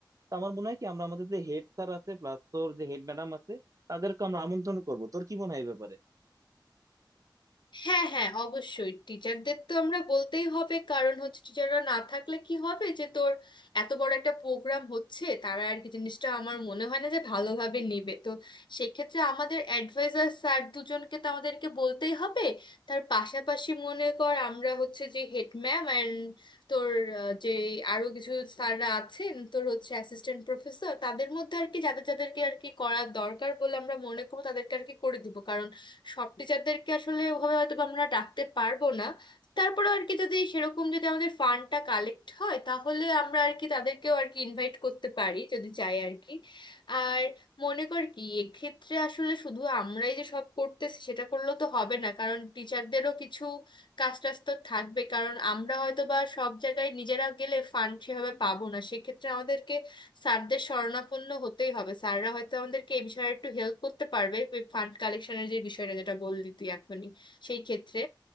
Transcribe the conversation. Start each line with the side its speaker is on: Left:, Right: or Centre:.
Right: তো আমার মনে হয় কি আমরা আমাদের যে হেড স্যার আছে প্লাস তোর যে হেড ম্যাডাম আছে তাদেরকে আমরা আমন্ত্রণ করবো তোর কি মনে হয় এই ব্যাপারে
Left: হ্যাঁ হ্যাঁ অবশ্যই টিচারদের তো আমরা বলতেই হবে কারণ হচ্ছে টিচাররা না থাকলে কি হবে যে তোর এত বড় একটা প্রোগ্রাম হচ্ছে তারা আর কি জিনিসটা আমার মনে হয় না যে ভালোভাবে নেবে তো সেক্ষেত্রে আমাদের অ্যাডভাইজার স্যার দুজনকে তো আমাদেরকে বলতেই হবে তার পাশাপাশি মনে কর আমরা হচ্ছে যে হেড ম্যাম অ্যান্ড তোর আহ, যে আরো কিছু স্যাররা আছেন তোর হচ্ছে অ্যাসিস্ট্যান্ট প্রফেসর তাদের মধ্যে আর কি যাদের যাদেরকে আর কি করার দরকার বলে আমরা মনে করবো তাদেরকে আর কি করে দিব সব টিচারদেরকে আসলে ওভাবে হয়তো বা আমরা ডাকতে পারবো না তারপরেও আর কি যদি সেরকম যদি আমাদের ফান্ডটা কালেক্ট হয় তাহলে আমরা আর কি তাদেরকেও আর কি ইনভাইট করতে পারি যদি চাই আর কি আর মনে কর কি এক্ষেত্রে আসলে শুধু আমরাই যে সব করতেছি সেটা করলেও তো হবে না কারণ টিচারদেরও কিছু কাজ টাজ তো থাকবে কারণ আমরা হয়তো বা সব জায়গায় নিজেরা গেলে ফান্ড সেভাবে পাবো না সেক্ষেত্রে আমাদেরকে স্যারদের শরণাপন্ন হতেই হবে স্যাররা হয়তো আমাদেরকে এই বিষয়ে একটু হেল্প করতে পারবে ফান্ড কালেকশনের যে বিষয়টা যেটা বললি তুই এখনই সেই ক্ষেত্রে